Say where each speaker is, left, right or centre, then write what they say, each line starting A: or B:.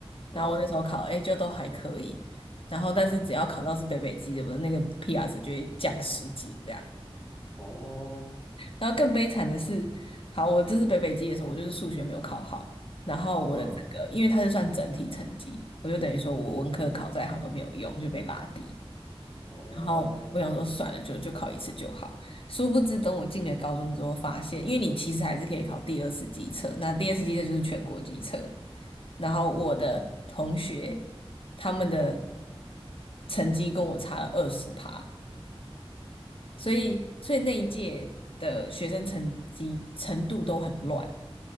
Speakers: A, on the left; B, on the left.
A: 嗯
B: 然后我那时候考 A 就都还可以，然后但是只要考到是北北基的，我的那个 PR 值就会降十几这样。
A: 哦
B: 然后更悲惨的是，好，我这次北北基的时候，我就是数学没有考好，然后我的这个，
A: 嗯
B: 因为它是算整体成绩，我就等于说我文科考再好都没有用，就被拉低。
A: 哦
B: 然后我想说算了，就就考一次就好。殊不知，等我进了高中之后，发现因为你其实还是可以考第二次机测，那第二次机测就是全国机测。然后我的同学他们的成绩跟我差了二十趴，所以所以那一届的学生成绩程度都很乱，